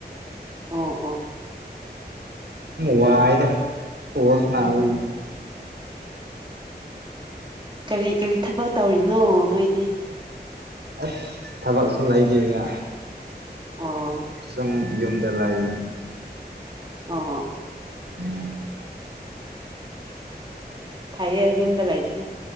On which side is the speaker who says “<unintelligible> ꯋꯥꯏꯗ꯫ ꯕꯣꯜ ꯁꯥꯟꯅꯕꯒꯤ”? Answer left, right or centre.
Right